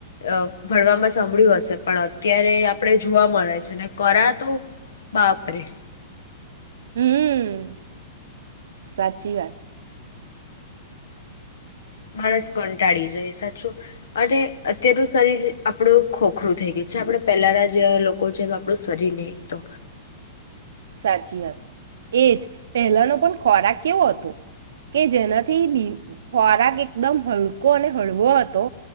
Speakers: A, on the left (about 80°); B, on the right (about 75°).
A: અ ભણવામાં સાંભળ્યું હશે પણ અત્યારે આપડે જોવા મળે છે ને કરાતો બાપરે.
B: હમ્મ સાચી વાત.
A: માણસ કંટાળી જાય સાચું અને અત્યારનું શરીર જે આપડુ ખોખરું થઈ ગયું છે આપડે પહેલાના જે લોકો છે એમ આપણું શરીર નહી એક તો.
B: સાચી વાત એજ પહેલાનો પણ ખોરાક કેવો હતો કે જેનાથી બિ ખોરાક એકદમ હલકો અને હળવો હતો